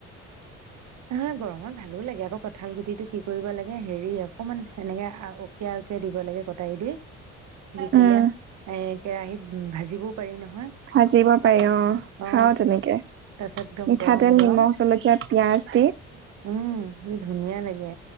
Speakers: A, on the right; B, on the right.
A: <unintelligible> গৰমত ভালো লাগে আকৌ কঁঠাল গুটিটো কি কৰিব লাগে হেৰি আকৌ অকণমান সেনেকে ঔকিয়াই ঔকিয়াই দিব লাগে কটাৰি দি দি পেলাই
B: উম,
A: এ কেৰাহীত ভাজিবও পাৰি নহয়।
B: ভাজিব পাৰি অ'
A: অ
B: খাও তেনেকে।
A: তাৰপিছত একদম
B: মিঠাতেল,
A: গৰম গৰম
B: নিমখ, জলকীয়া, পিয়াজ।
A: উম কি ধুনীয়া লাগে।